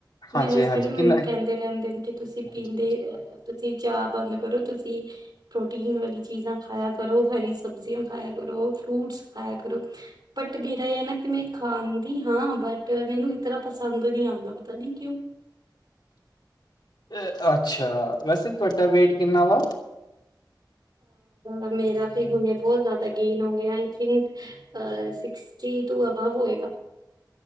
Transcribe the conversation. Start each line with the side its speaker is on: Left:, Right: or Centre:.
Left: ਹਾਂਜੀ-ਹਾਂਜੀ
Right: ਮੇਰੇ ਹਸਬੈਂਡ ਵੀ ਮੈਨੂੰ
Left: ਕਿੰਨਾ
Right: ਕਹਿੰਦੇ ਰਹਿੰਦੇ ਨੇ ਕਿ ਤੁਸੀਂ
Left: ਹਾਂਜੀ,
Right: ਪੀਂਦੇ ਅ ਤੁਸੀਂ ਚਾਹ ਬੰਦ ਕਰੋ, ਤੁਸੀਂ ਪ੍ਰੋਟੀਨ ਵਾਲੀ ਚੀਜ਼ਾਂ ਖਾਇਆ ਕਰੋ! ਹਰੀ ਸਬਜ਼ੀਆਂ ਖਾਇਆ ਕਰੋ, ਫਰੂਟਸ ਖਾਇਆ ਕਰੋ ਬਟ ਫਿ ਏ ਆ ਨਾ ਕੀ ਮੈਂ ਖਾਂਦੀ ਹਾਂ ਬਟ ਮੈਨੂੰ ਤਰ੍ਹਾਂ ਪਸੰਦ ਨੀ ਆਂਦਾ ਪਤਾ ਨੀ ਕਿਉਂ?
Left: ਏ ਅੱਛਾ ਵੈਸੇ ਤੁਹਾਡਾ ਵੇਟ ਕਿੰਨਾ ਵਾ?
Right: ਅ ਮੇਰਾ ਤੇ ਹੁਣੇ ਬਹੁਤ ਜ਼ਿਆਦਾ ਗੇਨ ਹੋ ਗਿਆ ਆਈ ਥਿੰਕ ਅ ਸਿਕਸਟੀ ਤੋਂ ਅਬੱਬ ਹੋਏਗਾ?